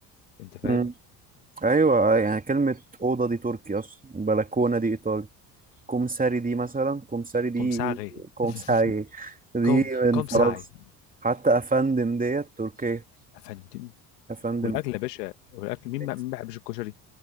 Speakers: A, on the left; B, on the right.
A: انت فاهم
B: مم. أيوة يعني كلمة أوضة دي تركي أصلا بلكونة دي إيطالي كومساري دي مثلا كومساري دي
A: كوم ساغي
B: كومساري
A: <laughs>
B: دي
A: كوم
B: من
A: كوم
B: فرنسا
A: ساي
B: حتى افندم ديت تركيا
A: يا فندم
B: افندم
A: والاكل يا باشا والاكل مين
B: نكس.
A: ما مين ما بيحبش الكشري